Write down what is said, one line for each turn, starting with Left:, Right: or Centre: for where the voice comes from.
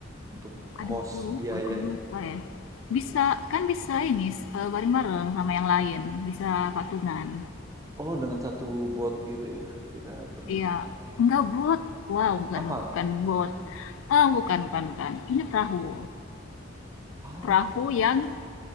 Right: untuk
Left: Aduh,
Right: kos
Left: aku lupa,
Right: biayanya
Left: aku lupa
Right: gitu.
Left: ya. Bisa, kan bisa ini eh, bareng-bareng sama yang lain, bisa patungan.
Right: Oh, dengan satu bot gitu ya kita pergi
Left: Iya.
Right: ke sana ya.
Left: Enggak bot. Wow, bukan
Right: Kapal.
Left: bukan bot. Ah, bukan bukan bukan. Ini perahu.
Right: Oh,
Left: Perahu yang